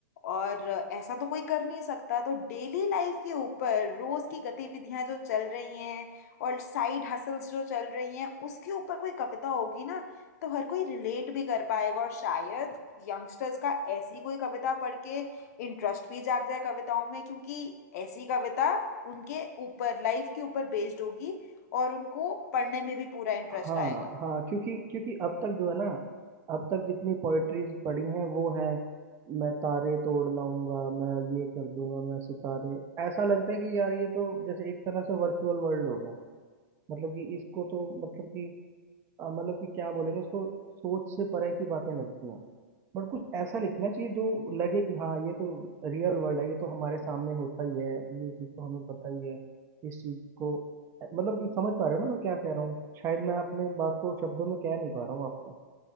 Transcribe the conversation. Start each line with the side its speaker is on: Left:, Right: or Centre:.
Left: और ऐसा तो कोई कर नहीं सकता तो डेली लाइफ के ऊपर रोज की गतिविधियां जो चल रही हैं और साइड हसल्स जो चल रही हैं उसके ऊपर कोई कविता होगी ना तो हर कोई रिलेट भी कर पाएगा और शायद यंगस्टर्स का ऐसी कोई कविता पढ़ के इंटरेस्ट भी जाग जाए कविताओं में क्योंकि ऐसी कविता उनके ऊपर लाइफ के ऊपर बेस्ड होगी और उनको पढ़ने में भी पूरा इंटरेस्ट
Right: हाँ
Left: आएगा
Right: हाँ क्योंकि क्योंकि अब तक जो है ना अब तक जितनी पोएट्रीज पढ़ी हैं वो है मैं तारे तोड़ लाऊंगा मैं ये कर दूंगा मैं सितारे ऐसा लगता है कि यार ये तो जैसे एक तरह से वर्चुअल वर्ल्ड होगा मतलब कि इसको तो मतलब कि अ, मतलब कि क्या बोलेंगे उसको सोच से परे की बातें लगती हैं बट कुछ ऐसा लिखना चाहिए जो लगे कि हाँ ये तो रियल वर्ल्ड है ये तो हमारे सामने होता ही है ये चीज़ तो हमें पता ही है इस चीज़ को मतलब कि समझ पा रहे हो ना मैं क्या कह रहा हूँ शायद मैं अपने बात को शब्दों में कह नहीं पा रहा हूँ आपको